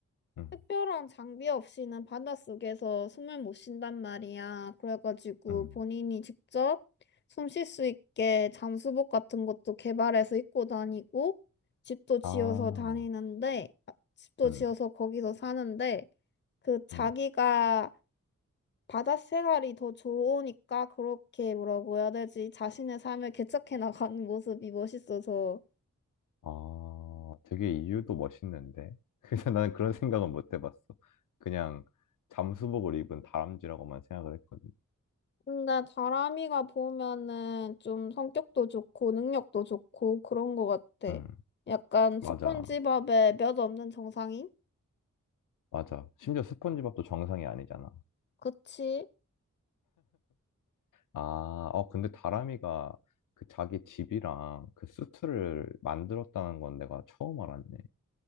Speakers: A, on the left; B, on the left.
A: 응,
B: 특별한 장비 없이는 바닷속에서 숨을 못 쉰단 말이야. 그래가지고
A: 응.
B: 본인이 직접 숨 쉴 수 있게 잠수복 같은 것도 개발해서 입고 다니고 집도 지어서
A: 아,
B: 다니는데 아, 집도
A: 응,
B: 지어서 거기서 사는데 그 자기가
A: 응.
B: 바다 생활이 더 좋으니까 그렇게 뭐라고 해야 되지? 자신의 삶을 개척해 나가는 모습이 멋있어서
A: 아, 되게 이유도 멋있는데. <laughs> 그래서 나는 그런 생각은 못 해봤어. 그냥 잠수복을 입은 다람쥐라고만 생각을 했거든.
B: 근데 다람이가 보면은 좀 성격도 좋고 능력도 좋고 그런 것 같아.
A: 응,
B: 약간 스폰지밥에
A: 맞아,
B: 몇 없는 정상인?
A: 맞아. 심지어 스폰지밥도 정상이 아니잖아.
B: 그치?
A: 아, 어, 근데 다람이가 그 자기 집이랑 그 수트를 만들었다는 건 내가 처음 알았네.